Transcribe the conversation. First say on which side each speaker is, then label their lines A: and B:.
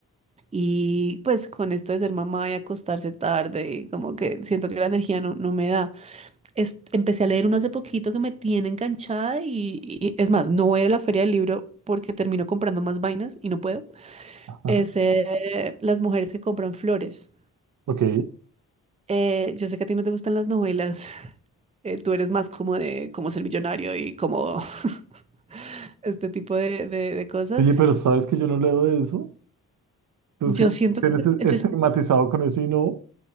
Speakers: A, on the right; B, on the right.
A: Y pues con esto de ser mamá y acostarse tarde, y como que siento que la energía no, no me da. es- empecé a leer uno hace poquito que me tiene enganchada y, y- es más, no voy a ir a la feria del libro porque termino comprando más vainas y no puedo.
B: <laughs>
A: Es eh, Las mujeres que compran flores.
B: Ok.
A: Eh, yo sé que a ti no te gustan las novelas. <laughs> eh, tú eres más como de cómo ser millonario y como <laughs> este tipo de, de- de cosas.
B: Oye, pero ¿sabes que yo no leo de eso? Tú
A: Yo
B: siempre
A: siento
B: tienes
A: que,
B: estigmatizado
A: yo-
B: con eso y no,